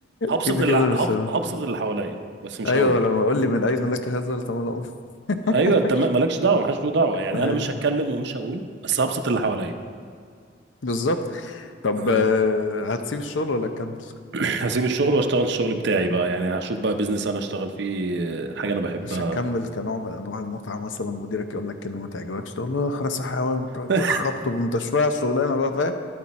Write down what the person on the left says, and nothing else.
كده
كده مش هقول
أيوه
لما أقول لي من أين لك هذا التملؤ
<laughs>
أيوه
بالظبط طب
آه، هتسيب الشغل ولا تكمل؟
مش هتكمل كنوع من انواع المتعه مثلا مديرك يقول لك كلمه ما تعجبكش تقول له اخرس يا حيوان تقعد
تخبط وانت شويه على الشغلانه بقى فاهم